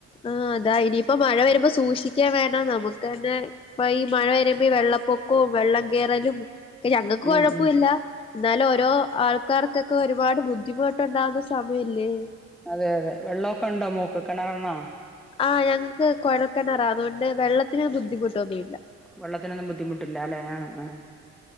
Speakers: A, on the left; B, in the centre.
A: ആഹ് അതാ ഇനിയിപ്പോ മഴ വരുമ്പോ സൂക്ഷിക്കേം വേണം നമുക്കന്നെ. പ്പൊ ഈ മഴ വരുമ്പോ വെള്ളപ്പൊക്കവും വെള്ളം കേറലും ഞങ്ങൾക്ക്
B: ഉം
A: കൊഴപ്പുല്ല.
B: ഉം
A: ന്നാലും ഓരോ ആൾക്കാർക്കൊക്കെ ഒരുപാട് ബുദ്ധിമുട്ടുണ്ടാവുന്ന സമയല്ലേ.
B: അതെ അതെ വെള്ളാക്കൊ ഉണ്ടോ മോക്ക് കെണറണോ?
A: ആഹ് ഞങ്ങക്ക് കുഴൽക്കെണറാ അതുകൊണ്ട് വെള്ളത്തിന് ബുദ്ധിമുട്ടൊന്നുല്ല.
B: വെള്ളത്തിനൊന്നും ബുദ്ധിമുട്ടില്ല അല്ലെ. ആഹ് ആഹ്